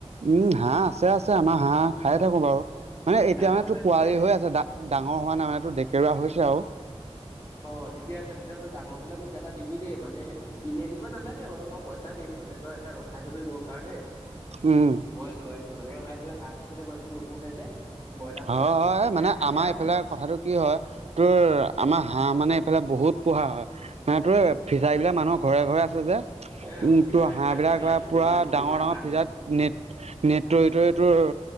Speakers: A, on the right; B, on the left.
A: উম হাঁহ আছে আছে, আমাৰ হাঁহ খাই থাকো বাৰু, মানে এতিয়া
B: ডাঙৰ
A: মানে
B: হৈ
A: তো
B: আছে
A: পোৱালি
B: নে
A: হৈ আছে। ডাঙৰ হোৱা নাই মানে তোৰ, ডেকেৰুৱা হৈছে আৰু।
B: অ ঠিকে আছে তেতিয়া তই ডাঙৰ হলে মোক এটা দিবি দেই মানে এনে দিব নালাগে বাৰু, মই পইচা দিম মানে তই এটা ৰখাই থবি মোৰ কাৰণে।
A: উম
B: মই লৈ আহিম মানে আমাৰ এইফালে হাঁহটো কেতিয়াও মানুহে নোপোহে যে ব্ৰইলাৰ
A: হয়
B: কইলাৰটো
A: হয়
B: বেছিকে
A: মানে
B: থাকে
A: আমাৰ
B: আৰু
A: এইফালে কথাটো কি হয়, তোৰ আমাৰ হাঁহ মানে এইফালে বহুত পোহা হয়। হাঁহটো এই ফিচাৰী বিলাক মানুহৰ ঘৰে ঘৰে আছে যে,
B: এ
A: উম,
B: ফিচাৰী
A: তোৰ হাঁহ বিলাক
B: থাকিলে পুহিবলৈ
A: পুৰা
B: সুবিধা
A: ডাঙৰ ডাঙৰ
B: হয় আৰু।
A: ফিজাৰ নেট, নেট তৰি তৰি তোৰ